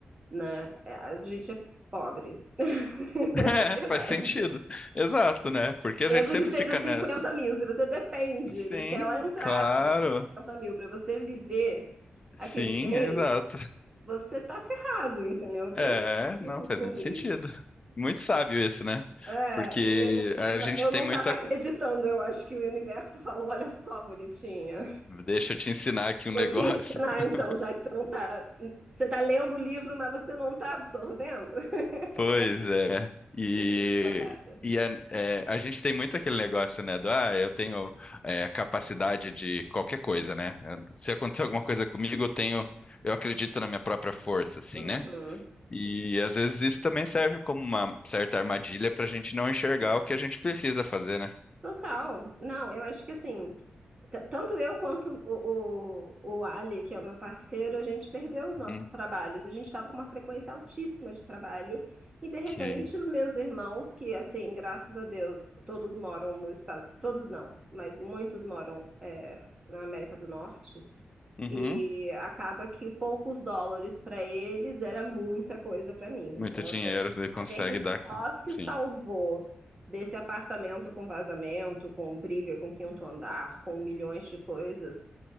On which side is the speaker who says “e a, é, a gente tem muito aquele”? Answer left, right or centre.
Left